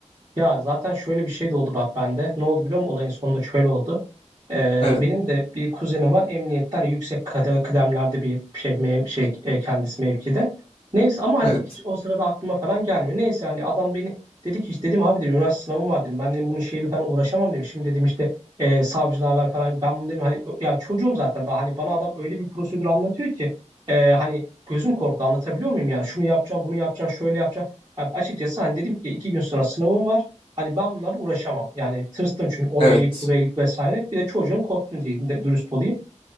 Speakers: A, on the right (about 35°); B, on the left (about 45°).
A: Ya zaten şöyle bir şey de oldu bak bende. Ne oldu biliyor musun? Olayın sonunda şöyle oldu. Ee,
B: Evet,
A: benim de bir kuzenim var. Emniyetten hani yüksek kade- kıdemlerde bir şey, mev şey e, kendisi mevkide. Neyse ama hani
B: evet,
A: hiç o sırada aklıma falan gelmiyor. Neyse hani adam beni dedi ki işte dedim abi dedim üniversite sınavım var dedim. Ben dedim bunun şeyle falan uğraşamam dedim. Şimdi dedim işte e, savcılığa ver falan. Ben bunu dedim hani ya çocuğum zaten daha hani bana adam öyle bir prosedür anlatıyor ki e, hani gözüm korktu anlatabiliyor muyum yani şunu yapacağım bunu yapacağım şöyle yapacağım. Abi açıkçası hani dedim ki iki gün sonra sınavım var. Hani ben bunlarla uğraşamam. Yani tırstım çünkü oraya
B: evet.
A: git buraya git vesaire. Bir de çocuğun korktum diye de dürüst olayım.